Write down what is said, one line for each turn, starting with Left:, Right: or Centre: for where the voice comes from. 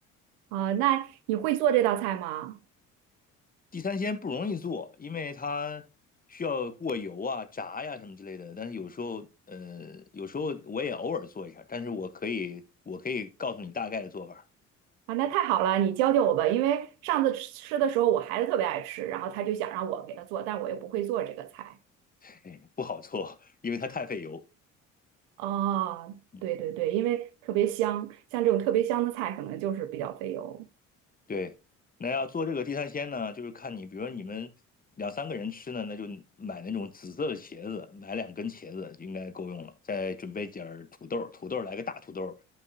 Right: 啊、那你会做这道菜吗？
Left: 地三鲜不容易做，因为它需要过油啊、炸呀、什么之类的。但是有时候，呃，有时候我也偶尔做一下，但是我可以我可以告诉你大概的做法儿，
Right: 啊，那太好了，你教教我吧，因为上次吃吃的时候我孩子特别爱吃，然后他就想让我给他做，但我又不会做这个菜。
Left: 嘿不好做，因为它太费油。
Right: 哦，
Left: 嗯。
Right: 对对对，因为特别香，像这种特别香的菜可能就是比较费油。
Left: 对，那要做这个地三鲜呢，就是看你，比如说你们两三个人吃呢，那就买那种紫色的茄子，买两根茄子应该够用了。再准备点儿土豆，土豆来个大土豆，